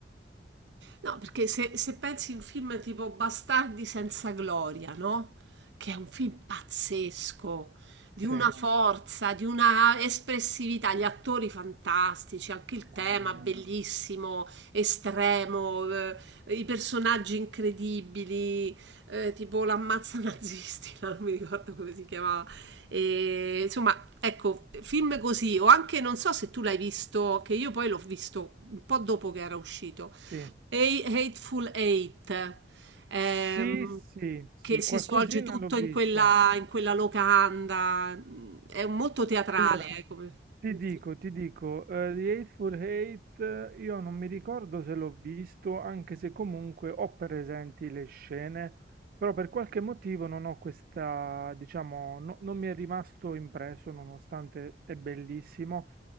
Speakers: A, on the right; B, on the right.
A: No, perché se, se pensi a un film tipo Bastardi senza gloria, no? Che è un film pazzesco, di
B: Sì,
A: una forza, di una espressività, gli attori fantastici, anche il
B: mamma
A: tema
B: mia.
A: bellissimo, estremo, eh, i personaggi incredibili, eh, tipo l'ammazza <laughs> nazisti, no? non mi ricordo come si chiamava. E, insomma, ecco, film così, o anche non so se tu l'hai visto, che io poi l'ho visto un po' dopo che era uscito.
B: Sì,
A: Hei- Hateful Eight, ehm,
B: sì, sì, sì,
A: che si
B: qualcosina
A: svolge tutto
B: l'ho vista.
A: in quella, in quella locanda, mm, è molto teatrale,
B: Allora,
A: eh, come,
B: ti
A: come
B: dico,
A: film.
B: ti dico, eh, The Hateful Eight, eh, io non mi ricordo se l'ho visto, anche se comunque ho presenti le scene, però per qualche motivo non ho questa, diciamo, no- non mi è rimasto impresso, nonostante è bellissimo,